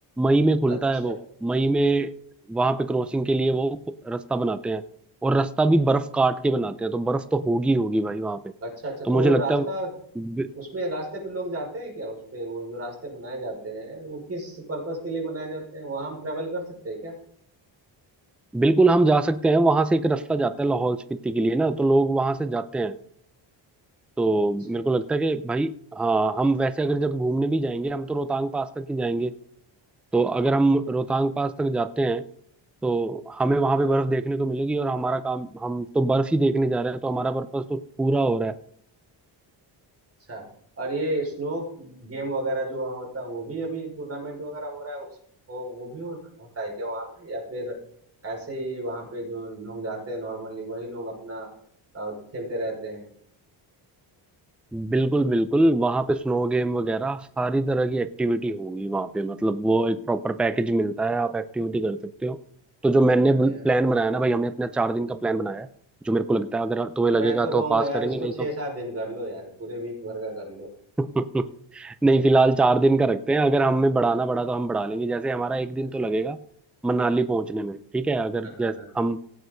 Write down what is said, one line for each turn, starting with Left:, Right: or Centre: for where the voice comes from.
Centre: मई में खुलता
Right: अच्छा
Centre: है वो मई में वहां पे क्रॉसिंग के लिए वो खु- रास्ता बनाते हैं और रास्ता भी बर्फ काट के बनाते हैं तो बर्फ तो होगी ही होगी भाई वहां पे
Right: अच्छा अच्छा तो
Centre: तो मुझे
Right: वो
Centre: लगता
Right: रास्ता
Centre: है बि-
Right: उसमें रास्ते पे लोग जाते हैं क्या उस पे वो जो रास्ते बनाए जाते हैं वो किस पर्पस के लिए बनाए जाते हैं वहां हम ट्रेवल कर सकते हैं क्या
Centre: बिल्कुल हम जा सकते हैं वहां से एक रास्ता जाता है लाहौल स्पीति के लिए ना तो लोग वहां से जाते हैं तो
Right: अच्छा
Centre: मेरे को लगता है कि भाई हाँ हम वैसे अगर जब घूमने भी जाएंगे हम तो रोहतांग पास तक ही जाएंगे तो अगर हम रोहतांग पास तक जाते हैं तो हमें वहां पे बर्फ देखने को मिलेगी और हमारा काम हम तो बर्फ ही देखने जा रहे हैं तो हमारा पर्पस तो पूरा हो रहा है
Right: अच्छा और ये स्नो गेम वगैरह जो वहाँ होता है वो भी अभी टूर्नामेंट वगैरह हो रहा है उस वो, वो भी हो, होता है क्या वहाँ पे या फिर ऐसे ही वहाँ पे जो लोग जाते हैं नॉर्मली वही लोग अपना अ, खेलते रहते हैं
Centre: बिल्कुल बिल्कुल वहां पे स्नो गेम वगैरह सारी तरह की एक्टिविटी होगी वहां पे मतलब वो एक प्रॉपर पैकेज मिलता है आप एक्टिविटी कर सकते हो तो जो मैंने
Right: बढ़िया
Centre: प्लान बनाया ना भाई हमने अपना चार दिन का प्लान बनाया है जो मेरे को लगता है अगर तुम्हें लगेगा
Right: मैं तो कहूंगा
Centre: तो पास
Right: यार
Centre: करेंगे
Right: उसको
Centre: नहीं
Right: छह
Centre: तो
Right: सात दिन कर लो यार पूरे वीक भर का कर लो
Centre: <laughs> नहीं
Right: <laughs>
Centre: फिलहाल चार दिन का रखते हैं अगर हमें बढ़ाना पड़ा तो हम बढ़ा लेंगे जैसे हमारा एक दिन
Right: अच्छा
Centre: तो लगेगा
Right: अच्छा
Centre: मनाली पहुंचने में ठीक है अगर
Right: हाँ
Centre: जैसे
Right: हाँ
Centre: हम